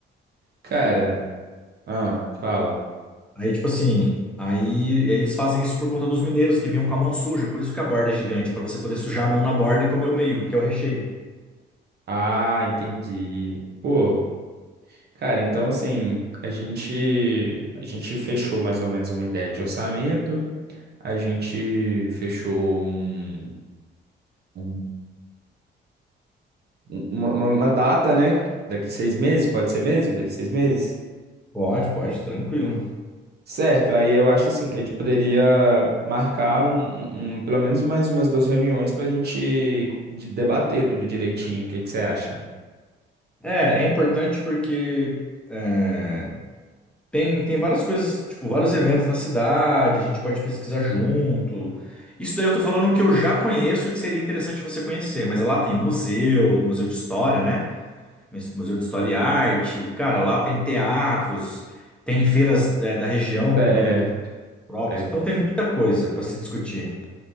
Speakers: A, on the right; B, in the centre.
A: cara. Ah, fala.
B: Aí, tipo assim, aí eles fazem isso por conta dos mineiros que vinham com a mão suja. Por isso que a borda é gigante, pra você poder sujar a mão na borda e comer o meio, que é o recheio.
A: Ah, entendi. Pô, cara, então assim, a gente a gente fechou mais ou menos uma ideia de orçamento. A gente fechou um, um- um, uma, uma- uma data, né? Daqui seis meses, pode ser mesmo? Daqui seis meses?
B: Pode, pode, tranquilo.
A: Certo, aí eu acho assim que a gente poderia marcar um, um- um- pelo menos mais umas duas reuniões para a gente de- debater tudo direitinho. O que que você acha?
B: É, é importante porque é, tem, tem várias coisas, tipo, vários eventos na cidade, a gente pode pesquisar junto. Isso daí eu tô falando que eu já conheço e que seria interessante você conhecer, mas lá tem museu, museu de história, né? Museu de História e Arte, cara, lá tem teatros, tem feiras, é, da região
A: Certo,
B: com produtos próprios.
A: certo.
B: Então tem muita coisa para se discutir.